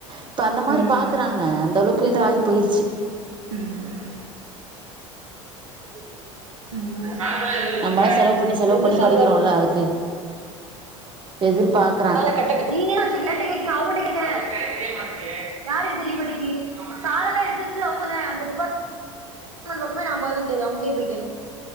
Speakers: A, on the right; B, on the right.
A: இப்ப அந்த மாரி
B: ம்
A: பாக்கறாங்க அந்த அளவுக் க்கு இதாகி போயிருச்சு
B: ம் ம் ம் <inaudible> வச்சிருக்க?
A: நம்மலா செலவு பண்ணி செலவு
B: எந்த
A: பண்ணி
B: சால்வா
A: படிக்கிறோல்ல அதுக்கு எதிர்பார்க்
B: மேல கட்ட நீங்க என்ன வச்சுக்க ரெண்டு கேக்குறேன் அவங்ககிட்ட கேக்குறேன் எனக்கு தெரிய மாட்டேங்குது. யாருக்கு தெரிய மாட்டேங்கி சாலெல்லாம் எடுத்து வச்சு அவங்க அந்த டிபார்ட்மெண்ட் பக்கமே நான் போறது கிடையாது அவங்ககிட்டயே போய் கேளுங்க